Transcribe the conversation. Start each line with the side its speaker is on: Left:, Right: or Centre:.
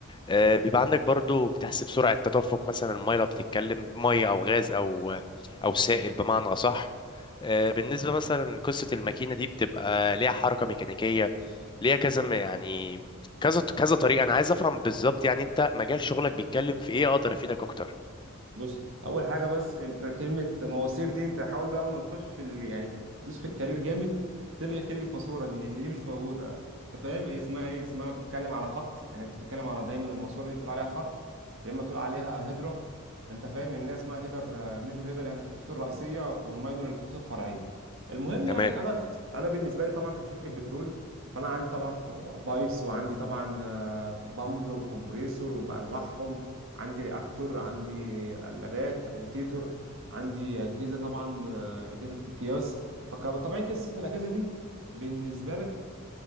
Left: آه، بيبقى عندك برضو بتحسب سرعة تدفق مثلا المية لو بتتكلم مية أو غاز أو أو سائل بمعنى أصح آه، بالنسبة مثلا قصة الماكينة دي بتبقى ليها حركة ميكانيكية ليها كذا م- يعني كذا كذا طريقة أنا عايز أفهم بالظبط يعني أنت مجال شغلك بيتكلم في إيه أقدر أفيدك أكتر
Right: بص اول حاجه بس انت كلمه مواسير دي انت حاول بقى اول ما تخش في ال... يعني تدوس في الكارير جامد تلغي كلمه ماسوره دي لان دي مش موجوده انت فاهم هي اسمها ايه اسمها بتتكلم على خط يعني انت بتتكلم على دايما الماسوره دي تقول عليها خط يا اما تقول عليها هيدرا انت فاهم الناس اسمها هيدر آه، ميجور هيدر يعني الخطوط الرئيسيه والماينور الخطوط الفرعيه المهم
Left: تمام
Right: يعني انا انا بالنسبه لي طبعا كشركه بترول فانا عندي طبعا خ- بايبس وعندي طبعا آه، بامب وكمبريسور وبانواعهم عندي رياكتور عندي قلابات اجيتيتور عندي اجهزه طبعا آه، اجهزه قياس فطبعا قصه الاجهزه دي بالنسبه لك